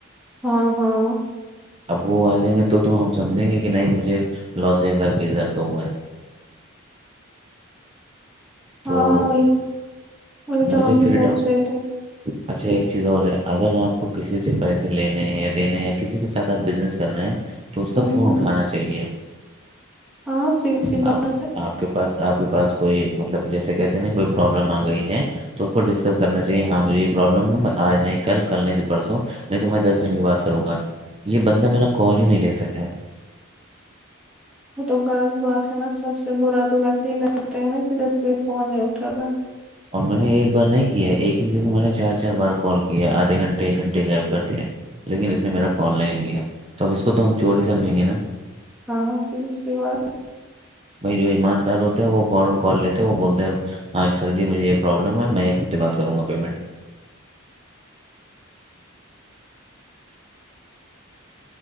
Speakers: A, in the centre; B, on the right (about 25°).
A: ہاں ہاں
B: اب وہ آ جائیں گے تو ہم سمجھیں گے کہ نہیں مجھے لاس ایک لاکھ گیزر کا ہوا ہے تو
A: ہاں وہی وہی تو
B: مجھے
A: ہم بھی
B: پھر
A: سوچ رہے تھے
B: اچھا ایک چیز اور ہے اگر آپ کو کسی سے پیسے لینے ہیں یا دینے ہیں یا کسی کے ساتھ آپ بزنس کر رہے ہیں تو اس کا
A: ہوں،
B: فون
A: ہوں۔
B: اٹھانا چاہیے
A: ہاں سی سی بات
B: آپ
A: ہے
B: آپ کے پاس آپ کے پاس کوئی مطلب جیسے کہتے نا کوئی پرابلم آ گئی ہے تو اس کو ڈسکس کرنا چاہیے ہاں مجھے یہ پرابلم ہے میں آج نہیں کل کل نہیں پرسوں نہیں تو میں دس دن کی بات کروں گا یہ بندہ میرا کال ہی نہیں لیتا ہے
A: وہ تو غلض بات ہے نا سب سے برا تو ویسے ہی لگتا ہے نا کہ جب کوئی فون نہیں اٹھا رہا
B: اور میں نے ایک بار نہیں کیا ایک ایک دن میں نے چار چار بار کال کیا آدھے گھنٹے ایک گھنٹے غائب کر کے لیکن اس نے میرا فون لائ لیا تو اب اسس کو تو ہم چور ہی سمجھیں گے نا
A: ہاں س شوا
B: بھائی جو ایماندار ہوتا ہے وہ فورا کال لیتا ہے وہ بولتا ہے سر جی مجھے یہ پرابلم ہے میں ایک ہفتے باتد کروں گا پیمنٹ